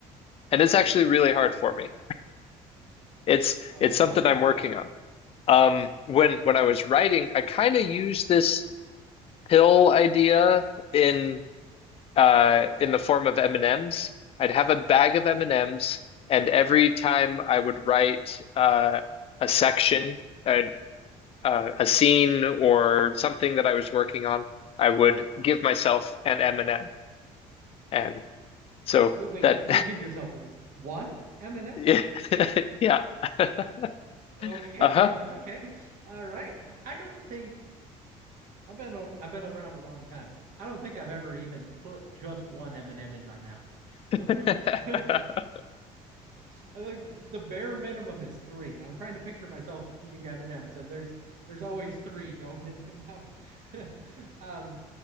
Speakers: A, on the left (about 40°); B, on the right (about 65°).
A: And it's actually really hard for me. It's
B: Oh,
A: it's something
B: okay.
A: I'm working on. Um, when when I was writing, I kind of used this pill idea in uh, in the form of M&Ms. I'd have a bag of M&Ms, and M's, and every time I would write uh, a section, a, uh, a scene, or something that I was working on, I would give myself an M&M. And M. And so
B: Wait, wait,
A: that,
B: you would give yourself one M&M?
A: <laughs> yeah, <laughs> yeah. <laughs>
B: Okay,
A: uh-huh.
B: <laughs> okay. All right. I don't think I've been i I've been around a long time. I don't think I've ever even put just one M&M in my mouth. <laughs> I
A: <laughs>
B: think the bare minimum is three. I'm trying to picture myself eating M&Ms, and M's, and there's there's always three going in my mouth. <laughs> Um,